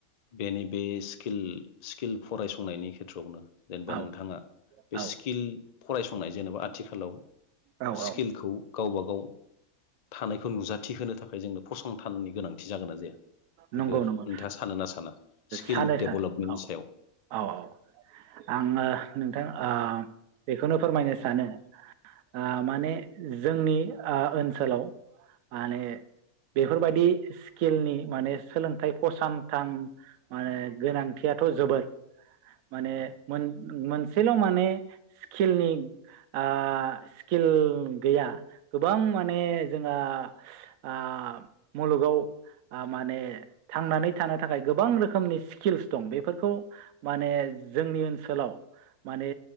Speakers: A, on the left; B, on the right.
A: बेनि बे स्किल स्किल फरायसंनायनि खेथ्र आवनो जेनेबा
B: औ
A: नोंथाङा बे
B: औ
A: स्किल फरायसंनाय जेनेबा आथिखालाव
B: औ
A: स्किलखौ
B: औ
A: गावबा गाव थानायखौ नुजाथिहोनो थाखाय जोंनो फसंथाननि गोनांथि जागोन ना जाया? बेखौ
B: नंगौ नंगौ
A: नोंथाङा सानो ना साना स्किल
B: सानो
A: डेभेलपमेन्टनि
B: सानो औ
A: सायाव
B: औ औ आङो नोंथां ओ बेखौनो फोरमायनो सानो ओ माने जोंनि ओ ओनसोलाव माने बेफोरबायदि स्किलनि माने सोलोंथाइ फसानथान माने गोनांथियाथ जोबोर माने मोन मोनसेल माने स्किलनि ओ स्किल गैया गोबां माने जोंहा आ मुलुगाव आ माने थांनानै थानो थाखाय गोबां रोखोमनि स्किल्स दं बेफोरखौ माने जोंनि ओनसोलाव माने